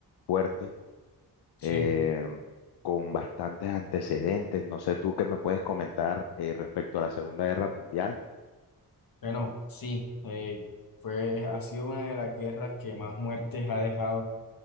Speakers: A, on the left; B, on the left.
A: fuerte,
B: Sí.
A: eh, con bastantes antecedentes. No sé tú qué me puedes comentar, eh, respecto a la Segunda Guerra Mundial.
B: Bueno, sí, eh, fue, ha sido una de las guerras que más muertes ha dejado.